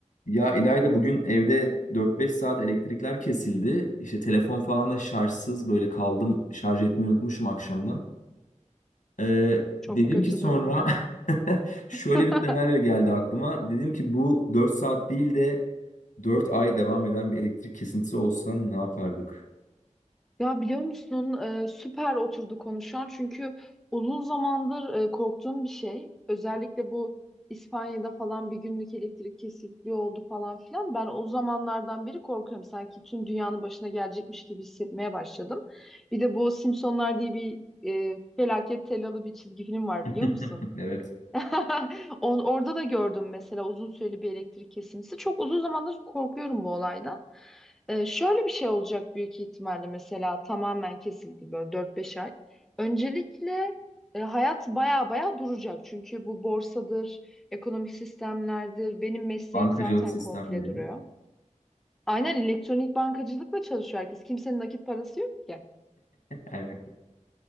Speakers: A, on the left; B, in the centre.
A: Ya İlayda bugün evde dört beş saat elektrikler kesildi. İşte telefon falan da şarjsız böyle kaldım. Şarj etmeyi unutmuşum akşamdan. Ee,
B: Çok
A: dedim
B: kötü
A: ki sonra
B: durum ya.
A: <laughs> şöyle
B: <laughs>
A: bir senaryo geldi aklıma. Dedim ki bu 4 saat değil de 4 ay devam eden bir elektrik kesintisi olsa ne yapardık?
B: Ya biliyor musun e, süper oturdu konuşan çünkü uzun zamandır e, korktuğum bir şey. Özellikle bu İspanya'da falan bir günlük elektrik kesikliği oldu falan filan. Ben o zamanlardan beri korkuyorum. Sanki tüm dünyanın başına gelecekmiş gibi hissetmeye başladım. Bir de bu Simpsonlar diye bir e, felaket tellalı bir çizgi film var
A: <laughs>
B: biliyor musun?
A: Evet.
B: <laughs> On- Orada da gördüm mesela uzun süreli bir elektrik kesintisi. Çok uzun zamandır korkuyorum bu olaydan. Ee, şöyle bir şey olacak büyük ihtimalle mesela tamamen kesildi böyle dört beş ay. Öncelikle e, hayat baya baya duracak. Çünkü bu borsadır, ekonomik sistemlerdir. Benim mesleğim
A: Bankacılık
B: zaten
A: sistemleri.
B: komple duruyor. Aynen elektronik bankacılıkla çalışıyor herkes. Kimsenin nakit parası yok ki.
A: Aynen.